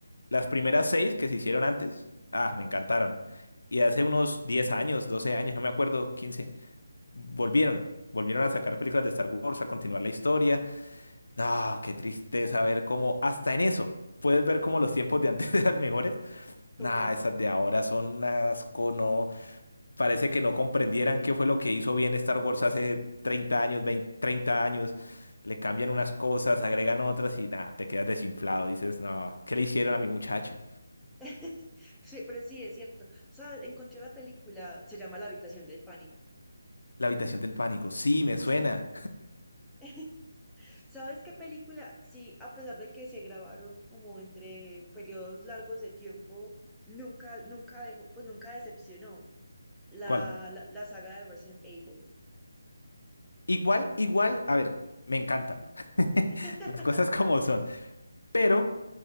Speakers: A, on the left (about 80°); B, in the centre.
A: Las primeras seis que se hicieron antes, ah, me encantaron. Y hace unos 10 años, 12 años, no me acuerdo, 15 volvieron. Volvieron a sacar películas de Star Wars, a continuar la historia. No, qué tristeza ver cómo, hasta en eso, puedes ver cómo los tiempos de antes <laughs> eran mejores.
B: total.
A: Nah, esas de ahora son un asco, no. Parece que no comprendieran qué fue lo que hizo bien Star Wars hace 30 años, 20 30 años. Le cambian unas cosas, agregan otras y nada, te quedas desinflado. Dices, no, ¿qué le hicieron a mi muchacho?
B: <laughs> Sí, pero sí, es cierto. ¿Sabes? Encontré la película, se llama La habitación del pánico.
A: La habitación del pánico. Sí, me
B: Sí.
A: suena.
B: <laughs> ¿Sabes qué película? Sí, a pesar de que se grabaron como entre periodos largos de tiempo, nunca, nunca dejó, pues nunca decepcionó. la,
A: ¿Cuál?
B: la, la saga de Resident Evil.
A: Igual, igual, a ver, me encantan <laughs>
B: <laughs>
A: las cosas como son, pero